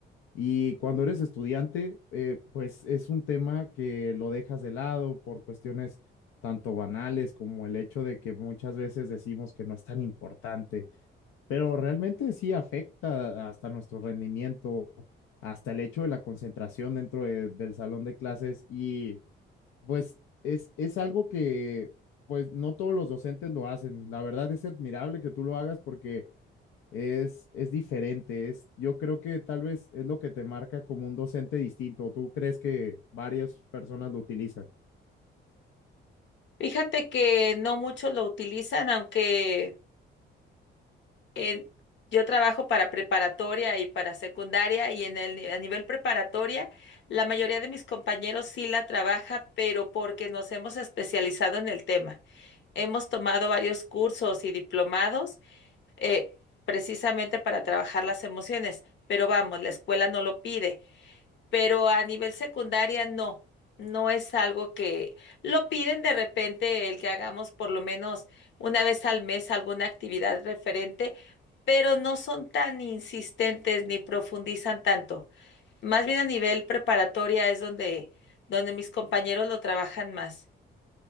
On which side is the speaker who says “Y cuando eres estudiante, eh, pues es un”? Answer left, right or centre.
Left